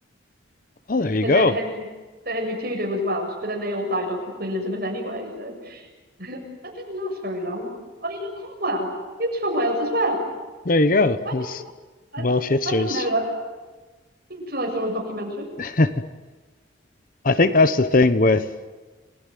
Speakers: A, on the left; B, on the right.
A: Well, there you
B: His
A: go,
B: Hen- Henry the Henry Tudor was Welsh, but then they all died off with Queen Elizabeth anyway, so <laughs> that didn't last very long. Oh, you know Cromwell, he was from Wales as well.
A: there you go.
B: I
A: That's
B: didn't I,
A: Welsh history
B: I didn't
A: is.
B: know that until I saw a documentary.
A: <laughs> I think that's the thing with